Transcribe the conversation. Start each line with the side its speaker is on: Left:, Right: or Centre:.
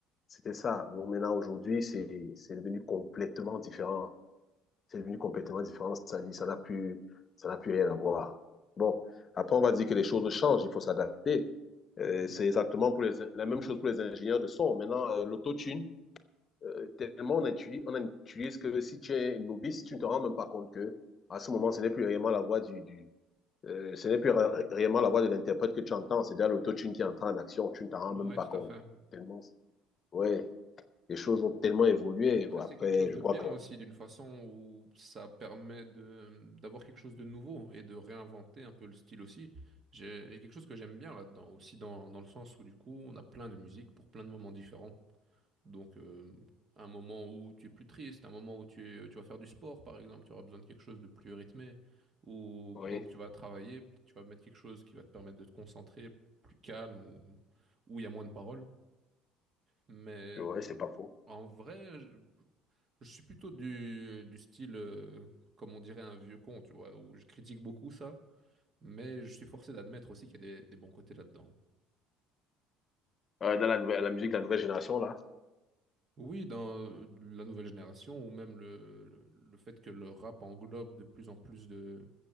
Left: C'était ça. Bon, maintenant, aujourd'hui, c'est, c'est devenu complètement différent c'est devenu complètement différent. Ça dit, ça n'a plus, ça n'a plus rien à voir. Bon, après, on va dire que les choses changent, il faut s'adapter.
Right: mhm.
Left: Euh, c'est exactement pour les, la même chose pour les ingénieurs de son. Maintenant, euh, l'autotune, euh, tellement on utilise, on utilise que si tu es novice, tu ne te rends même pas compte que à ce moment, ce n'est plus réellement la voix du, du euh, ce n'est plus ré réellement la voix de l'interprète que tu entends. C'est déjà l'autotune qui entre en action. Tu ne t'en rends
Right: Ouais,
Left: même pas
Right: tout
Left: compte.
Right: à fait.
Left: Tellement, ouais, les choses ont tellement évolué.
Right: Après,
Left: Après,
Right: c'est quelque chose
Left: je
Right: de
Left: crois
Right: bien
Left: que
Right: aussi, d'une façon où ça permet de d'avoir quelque chose de nouveau et de réinventer un peu le style aussi. J'ai il y a quelque chose que j'aime bien là-dedans, aussi dans, dans le sens où du coup, on a plein de musique pour plein de moments différents. Donc, euh, un moment où tu es plus triste, un moment où tu es- tu vas faire du sport, par exemple, tu auras besoin de quelque chose de plus rythmé, ou
Left: oui.
Right: pendant que tu vas travailler, tu vas mettre quelque chose qui va te permettre de te concentrer, plus calme, ou où il y a moins de paroles. Mais
Left: Oui, ouais,
Right: euh,
Left: c'est pas faux.
Right: en vrai, je, je suis plutôt du, du style, euh, comme on dirait, un vieux con, tu vois, où je critique beaucoup ça, mais je suis forcé d'admettre aussi qu'il y a des des bons côtés là-dedans.
Left: Euh, dans la, nouvelle- la musique de la nouvelle génération, là.
Right: Oui, dans euh, la nouvelle génération, ou même le, le, le fait que le rap englobe de plus en plus de,